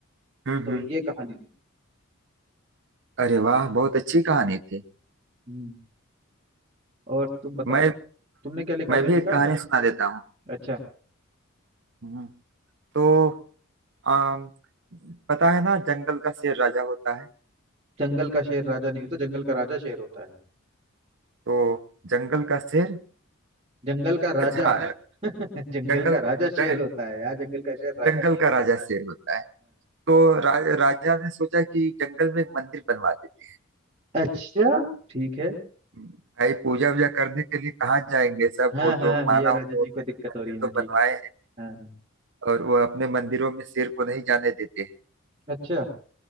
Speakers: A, on the right (about 60°); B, on the right (about 30°).
A: हम्म
B: तो
A: हम्म
B: ये कहानी ली
A: अरे वाह बहुत अच्छी कहानी थी
B: हम्म, और तुम बताओ
A: मैं
B: तुमने क्या लिखा
A: मैं
B: कुछ
A: भी
B: लिखा
A: एक कहानी
B: है
A: सुना देता हूँ
B: अच्छा
A: हम्म। तो आम पता है ना जंगल का शेर राजा होता है
B: जंगल का शेर राजा नहीं होता जंगल का राजा शेर होता है
A: तो जंगल का शेर
B: जंगल का राजा
A: अच्छा
B: <laughs> जंगल
A: जंगल
B: का राजा
A: जं,
B: शेर होता है यार जंगल का शेर राजा
A: जंगल
B: नहीं होता
A: का राजा शेर होता है तो रा, राजा ने सोचा कि जंगल में एक मंदिर बनवा देते
B: अच्छा ठीक है
A: हैं। भाई पूजा वूजा करने के लिए कहाँ जाएंगे सब
B: हाँ
A: वो
B: हाँ
A: जो
B: भैया
A: मानव
B: राजा जी
A: होते
B: को दिक्कत
A: हैं मंदिर
B: हो रही है हाँ
A: तो
B: ठीक
A: बनवाए हैं
B: हाँ हाँ
A: और वो अपने मंदिरों में शेर को नहीं जाने देते हैं
B: अच्छा